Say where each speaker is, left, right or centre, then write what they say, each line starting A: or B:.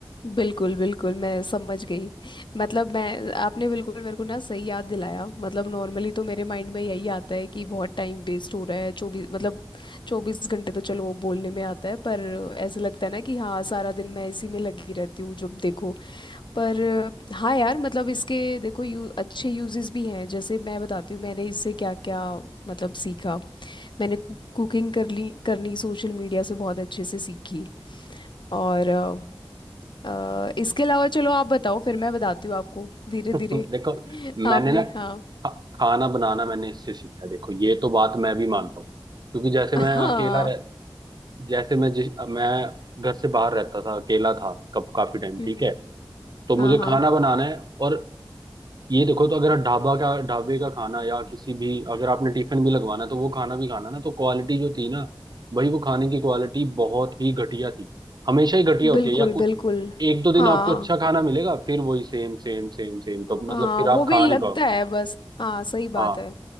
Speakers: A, on the left (about 65°); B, on the right (about 50°).
A: बिल्कुल बिल्कुल मैं समझ गई मतलब मैं आपने बिल्कुल मेरे को ना सही याद दिलाया मतलब नॉर्मली तो मेरे माइंड में यही आता है कि बहुत टाइम वेस्ट हो रहा है चौबीस मतलब चौबीस घंटे तो चलो वो बोलने में आता है पर ऐसा लगता है ना कि हाँ सारा दिन मैं इसी में लगी रहती हूँ जब देखो पर हाँ यार मतलब इसके देखो यू अच्छे यूजेस भी हैं जैसे मैं बताती हूँ मैंने इससे क्या क्या मतलब सीखा मैंने कु, कुकिंग कर ली करनी सोशल मीडिया से बहुत अच्छे से सीखी और अ, अ, इसके अलावा चलो आप बताओ फिर मैं बताती हूँ आपको धीरे
B: <laughs>
A: धीरे
B: देखो
A: <laughs>
B: मैंने
A: आपने
B: ना खा-
A: हाँ
B: खाना बनाना मैंने इससे सीखा है देखो ये तो बात मैं भी मानता हूँ क्योंकि जैसे मैं
A: हाँ
B: अकेला रह जैसे मैं जिस मैं घर से बाहर रहता था अकेला था कब काफी टाइम
A: हम्म,
B: ठीक है तो मुझे
A: हाँ हाँ
B: खाना बनाना है और ये देखो तो अगर आप ढाबा का ढाबे का खाना या किसी भी अगर आपने टिफिन भी लगवाना है, तो वो खाना भी खाना ना तो क्वालिटी जो थी ना भाई वो खाने की क्वालिटी बहुत ही घटिया थी हमेशा ही घटिया होती
A: बिल्कुल
B: है या
A: सोशल मीडिया
B: कुछ
A: बिल्कुल
B: एक दो दिन
A: हाँ
B: आपको अच्छा खाना मिलेगा फिर वही सेम सेम सेम सेम तो मतलब
A: हाँ
B: फिर आप
A: वो भी
B: खा नहीं
A: लगता है बस हाँ सही बात
B: पाओ
A: है